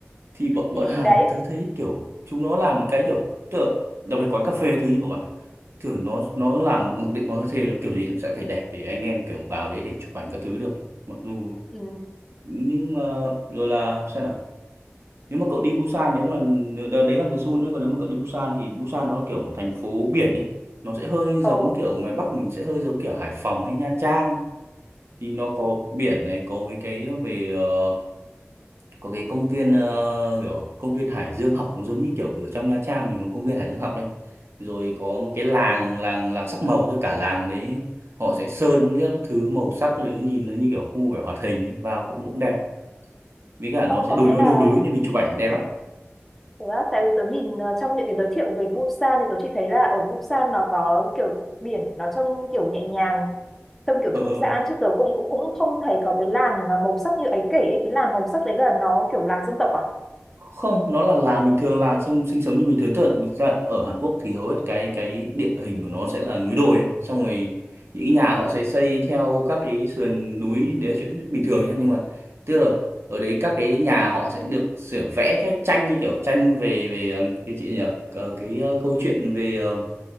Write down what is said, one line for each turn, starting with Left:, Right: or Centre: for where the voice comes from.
Right: thì bọn
Centre: thì
Right: bọn Hàn
Centre: đấy
Right: tớ thấy kiểu chúng nó làm những cái kiểu tớ, đặc biệt quán cà phê thứ như cậu bảo tưởng nó nó làm mặc định quán cà phê là kiểu gì cũng sẽ phải đẹp để anh em kiểu vào đấy để chụp ảnh các thứ được ấy. mặc dù
Centre: ừ.
Right: nhưng mà rồi là xem nào nếu mà cậu đi Busan nếu mà đ- đấy là về Seoul nữa còn nếu mà cậu đi Busan thì Busan nó kiểu một thành phố biển ấy nó sẽ hơi giống
Centre: ồ
Right: kiểu ngoài Bắc mình sẽ hơi giống kiểu Hải Phòng hay Nha Trang thì nó có biển này có mấy cái về ờ, có cái công viên ờ, kiểu công viên Hải Dương học cũng giống như kiểu ở trong Nha Trang mình có công viên Hải Dương học ấy rồi có một cái làng làng làng sắc màu với cả làng đấy họ sẽ sơn các thứ màu sắc rồi nhìn nó như kiểu khu kiểu hoạt hình ấy, vào cũng cũng đẹp với cả nó
Centre: ồ
Right: sẽ
Centre: có
Right: đồi
Centre: nghĩa
Right: núi
Centre: là
Right: đồi núi nên mình chụp ảnh đẹp lắm
Centre: thật ra tại vì tớ nhìn ờ, trong những cái giới thiệu về Busan thì tớ chỉ thấy là ở Busan nó có kiểu biển nó trông kiểu nhẹ nhàng trông kiểu
Right: ờ
Centre: thư
Right: ờ.
Centre: giãn chứ tớ cũng cũng cũng không thấy có cái làng à, màu sắc như ấy kể ấy. cái làng màu sắc đấy là nó kiểu làng dân tộc à
Right: không nó là làng bình thường làng sông sinh sống như bình thường tức là thực ra ở Hàn Quốc thì hầu hết cái cái địa hình của nó sẽ là núi đồi ấy. xong rồi những cái nhà họ sẽ xây theo các cái sườn núi đấy là chuyện bình thường nhé nhưng mà tức là ở đấy các cái nhà họ sẽ được sửa vẽ cái tranh như kiểu tranh về về ờ, cái chuyện gì nhỉ Ờ, cái ờ, câu chuyện về ờ,